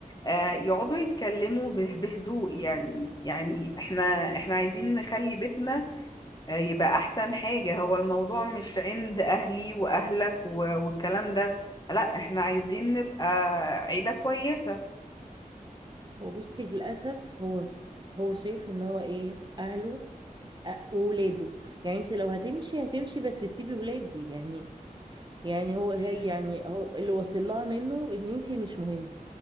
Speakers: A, on the left; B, on the right.
A: آه، يقعدوا يتكلموا به- بهدوء يعني يعني احنا احنا عايزين نخلي بيتنا آه، يبقى أحسن حاجة هو الموضوع مش عند أهلي وأهلك و- والكلام ده لا احنا عايزين نبقى عيلة كويسة
B: وبصي للاسف هو هو شايف ان هو ايه اهله أ- وولاده يعني انت لو هتمشي هتمشي بس سيبي ولادي يعني يعني هو هي
A: مم.
B: يعني هو اللي واصل لها منه ان انت مش مهم